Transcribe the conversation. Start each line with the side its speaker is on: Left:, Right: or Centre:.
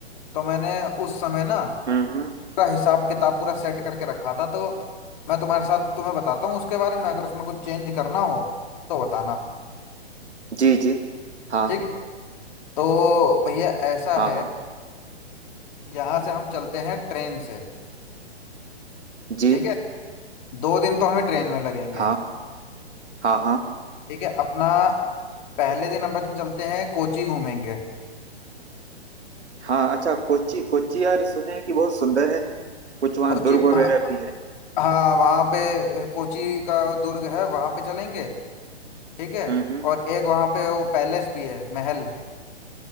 Left: तो मैंने उस समय ना
Right: हम्म हम्म
Left: पूरा हिसाब किताब पूरा सेट करके रखा था तो मैं तुम्हारे साथ तुम्हें बताता हूँ उसके बारे में अगर उसमें कुछ चेंज करना हो तो बताना
Right: जी जी हाँ
Left: ठीक है तो भैया ऐसा
Right: हाँ
Left: है
Right: हाँ
Left: यहाँ से हम चलते हैं ट्रेन से
Right: जी
Left: ठीक है दो दिन तो हमें ट्रेन में लगेंगे
Right: हाँ हाँ हाँ
Left: ठीक है अपना पहले दिन अपन चलते हैं कोची घूमेंगे
Right: हाँ अच्छा कोच्चि कोच्चि यार सुने हैं कि बहुत सुंदर है कुछ वहाँ
Left: कोची
Right: दुर्ग वगैरह
Left: हाँ
Right: भी है
Left: हाँ, वहाँ पे कोची का दुर्ग है वहाँ पे चलेंगे ठीक है
Right: हम्म हम्म
Left: और एक वहाँ पे वो पैलेस भी है महल